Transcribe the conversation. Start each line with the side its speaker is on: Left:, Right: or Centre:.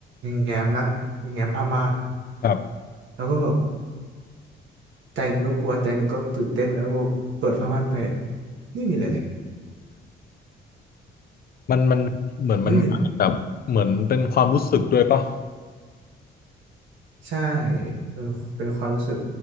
Right: แง้มนัดแง้มผ้าม่าน
Left: ครับ
Right: แล้วก็แบบใจหนึ่งก็กลัวใจหนึ่งก็ตื่นเต้นแล้วก็เปิดผ้าม่านไปไม่มีอะไรเลย
Left: มันมันเหมือนมันมาแบบเหมือนเป็นความรู้สึกด้วยป่ะ
Right: ไม่มีเลยใช่เออเป็นความรู้สึก